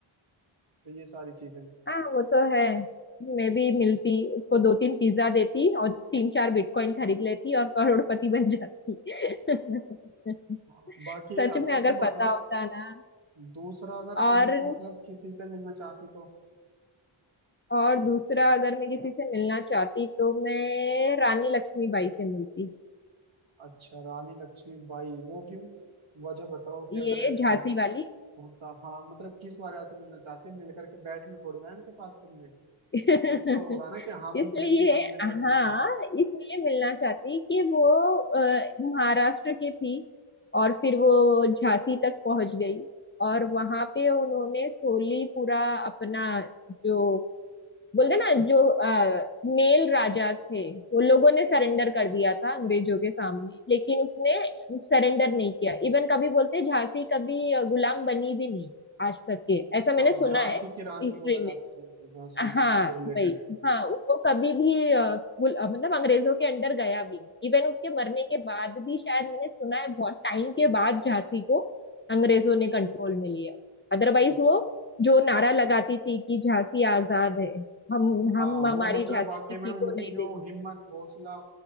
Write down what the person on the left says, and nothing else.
हाँ वो तो है मैं भी मिलती उसको दो तीन पिज्जा देती और तीन चार बिटकॉइन खरीद लेती और करोड़पति बन जाती <laughs>
सच
में अगर
पता होता ना
और
और दूसरा अगर मैं किसी से मिलना चाहती तो मैं रानी लक्ष्मीबाई से मिलती
ये
झांसी
वाली
<laughs>
इसलिए
हाँ
इसलिए मिलना चाहती कि वो अ, महाराष्ट्र की थी और फिर वो झांसी तक पहुंच गई और वहां पे उन्होंने सोली पूरा अपना जो बोलते ना जो मेल राजा थे वो लोगों ने सरेंडर कर दिया था अंग्रेजों के सामने लेकिन उसने सरेंडर नहीं किया इवन कभी बोलते झांसी कभी अ, गुलाम बनी भी नहीं आज तक के ऐसा मैंने
सुना
है
हिस्ट्री
में
हाँ
वही हाँ वो कभी भी अ, गुल- अ, मतलब अंग्रेजों के अंडर गया भी नहीं इवन उसके मरने के बाद भी शायद मैंने सुना है बहुत टाइम के बाद झांसी को अंग्रेजों ने कंट्रोल में लिया अदरवाइज
वो जो नारा लगाती थी कि झांसी आजाद है हम हम
हमारी
झांसी
किसी
को नहीं
देंगे